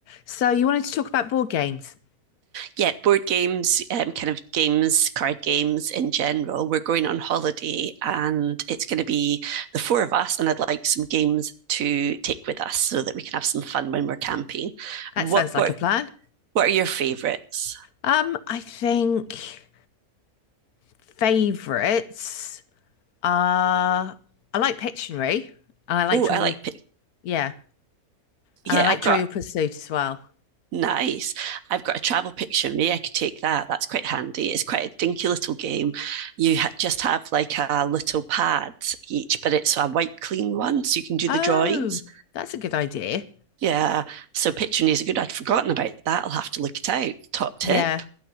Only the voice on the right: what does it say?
yeah, board games, um, kind of games, card games in general. We're going on holiday and it's going to be the four of us, and I'd like some games to take with us so that we can have some fun when we're camping.
What
what
what are your favorites?
Oh,
I like pic-
yeah,
I've got
nice. I've got a travel picture. Maybe I could take that. That's quite handy. It's quite a dinky little game. You ha- just have like a little pad each, but it's a wipe clean one, so you can do
the drawings.
Yeah. So pitching is good. I'd forgotten about that. I'll have to look it out. Top tip.